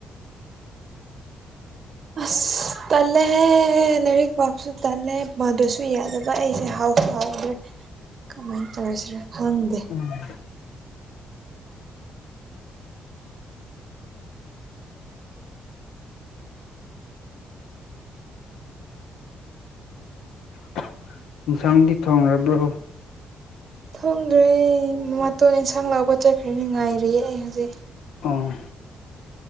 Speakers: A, on the right; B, on the left.
A: ꯑꯁ ꯇꯜ ꯂꯦꯍꯦ ꯂꯥꯏꯔꯤꯛ ꯄ ꯁꯨ ꯇꯜꯂꯦ ꯄꯗꯔ꯭ꯁꯨ ꯌꯥꯗꯕ ꯑꯩꯁꯦ ꯍꯥꯎꯗ꯭ꯔꯦ ꯀꯃꯥꯏꯅ ꯇꯧꯔꯁꯤꯔ ꯈꯪꯗꯦ
B: ꯎꯝ <unintelligible> ꯑꯦꯟꯁꯥꯡꯗꯤ ꯊꯣꯡꯔꯕ꯭ꯔꯣ
A: ꯊꯣꯡꯗ꯭ꯔꯦ ꯃꯝꯃꯥꯇꯣꯟ ꯏꯟꯁꯥꯡ ꯂꯧꯕ ꯆꯠꯈ꯭ꯔꯦꯅꯦ ꯉꯥꯏꯔꯤꯌꯦ ꯑꯩ ꯍꯧꯖꯤꯛ
B: ꯑꯥ